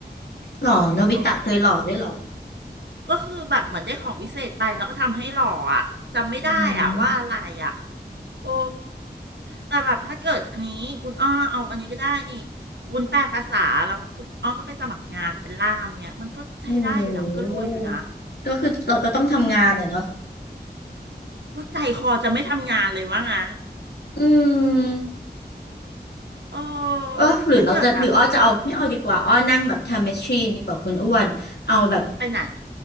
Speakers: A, on the left (about 70°); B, on the right (about 80°).
A: หรอโนบิตะเคยหล่อด้วยหรอ
B: โอ้ก็คือแบบเหมือนได้ของวิเศษไปแล้วก็ทำให้หล่ออ่ะจำไม่ได้อ่ะว่าอะไรอ่ะ
A: อืม
B: โอ้แต่แบบถ้าเกิดอันนี้คุณอ้อเอาอันนี้ก็ได้นี่วุ้นแปลภาษาแล้วคุณอ้อก็ไปสมัครงานเป็นล่ามเนี่ยมันก็ใช้ได้อยู่นะมันก็รวยอยู่นะ
A: โอ้โหก็คือเราก็ต้องทำงานอะเนาะ
B: ก็ใจคอจะไม่ทำงานเลยว่างั้น
A: อืม
B: โอ้
A: เออหรือเราจะหรืออ้อจะเอาไม่เอาดีกว่าอ้อนั่งแบบไทม์แมชชีนดีกว่าคุณอ้วนเอาแบบ
B: ถ้าเกิดแบบไปไหน